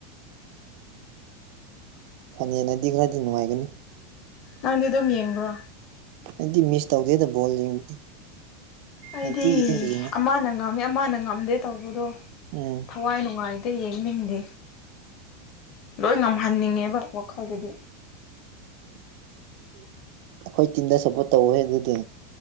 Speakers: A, on the right; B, on the left.
A: ꯐꯥꯢꯅꯦꯜꯅꯗꯤ ꯈꯔꯥꯗꯤ ꯅꯨꯡꯉꯥꯏꯒꯅꯤ
B: ꯅꯪꯗꯤ ꯑꯗꯨꯝ ꯌꯦꯡꯕ꯭ꯔꯣ
A: ꯑꯩꯗꯤ ꯃꯤꯁ ꯇꯧꯗꯦꯗ ꯕꯣꯜ ꯌꯦꯡꯕꯗꯤ
B: ꯑꯩꯗꯤ
A: ꯅꯨꯡꯇꯤꯒꯤ ꯑꯗꯨꯝ ꯌꯦꯡꯉꯦ
B: ꯑꯃꯅ ꯉꯝꯃꯦ ꯑꯃꯅ ꯉꯝꯗꯦ ꯇꯧꯕꯗꯣ
A: ꯎꯝ
B: ꯊꯋꯥꯏ ꯅꯨꯡꯉꯥꯏꯇꯦ ꯌꯦꯡꯅꯤꯡꯗꯦ ꯂꯣꯏ ꯉꯝꯍꯟꯅꯤꯡꯉꯦꯕ ꯋꯥꯈꯜꯗꯗꯤ
A: <inaudible> ꯑꯈꯣꯏ ꯇꯤꯝꯗ ꯁꯞꯄꯣꯔꯠ ꯇꯧꯋꫭꯍꯦ ꯑꯗꯨꯗꯤ